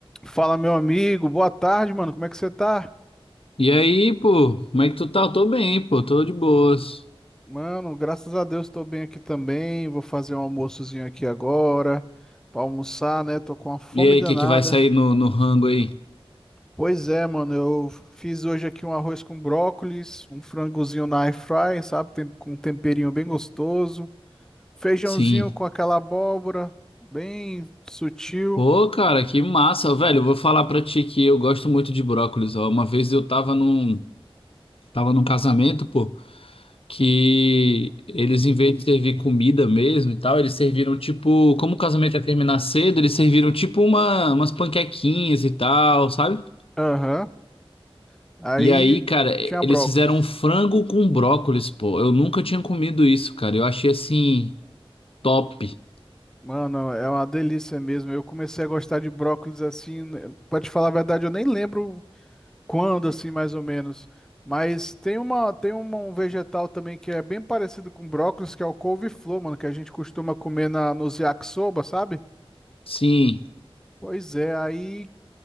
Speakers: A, in the centre; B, on the left (about 70°).
A: Fala, meu amigo. Boa tarde, mano. Como é que você tá?
B: E aí, pô, como é que tu tá? tô bem, pô, tô de boas.
A: Mano, graças a Deus tô bem aqui também. Vou fazer um almoçozinho aqui agora pra almoçar, né? Tô com uma fome
B: E aí,
A: danada.
B: o que que vai sair no, no rango aí?
A: Pois é, mano. Eu fiz hoje aqui um arroz com brócolis, um frangozinho na air fry, sabe? Tem- Com um temperinho bem gostoso. Feijãozinho
B: Sim.
A: com aquela abóbora, bem sutil.
B: Pô, cara, que massa, velho. Eu vou falar pra ti que eu gosto muito de brócolis, ó. Uma vez eu tava num, tava num casamento, pô, que eles, em vez de servir comida mesmo e tal, eles serviram tipo, como o casamento ia terminar cedo, eles serviram tipo uma, umas panquequinhas e tal, sabe?
A: Aham. Aí
B: E aí, cara,
A: tinha
B: eles
A: brócolis.
B: fizeram um frango com brócolis, pô. Eu nunca tinha comido isso, cara. Eu achei assim. Top.
A: Mano, é uma delícia mesmo. Eu comecei a gostar de brócolis assim, né, pra te falar a verdade, eu nem lembro quando assim, mais ou menos. Mas tem uma, tem uma- um vegetal também que é bem parecido com brócolis, que é o couve-flor, mano, que a gente costuma comer na nos yakisoba, sabe?
B: Sim.
A: Pois é, aí